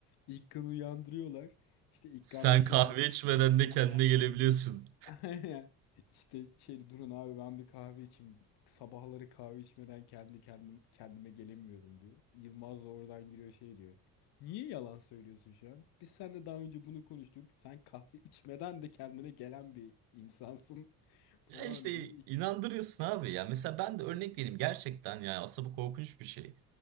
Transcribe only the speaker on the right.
Sen
kahve
içmeden de
kendine gelebiliyorsun.
Ya
işte
inandırıyorsun abi ya. Mesela ben de örnek vereyim gerçekten ya aslında bu korkunç bir şey.